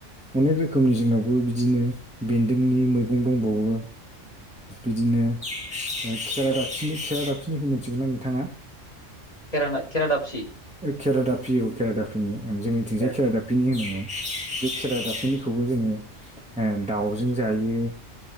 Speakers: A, in the centre; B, on the left (about 30°).
A: अनेक रोखोमनि जोंनावबो बिदिनो बेन्दोंनि मैगं दंबावो ओ बिदिनो खेरा दाफिनि खेरा दाफिनायखौ मिथिगौना नोंथाङा?
B: केराना केरा दापसि
A: केरा दाफि औ केरादाफिनि, जोंनिथिंजाय
B: औ
A: केरादाफिनि होनो औ बे खेरा दाफिनिखौबो जोङो दाउजों जायो।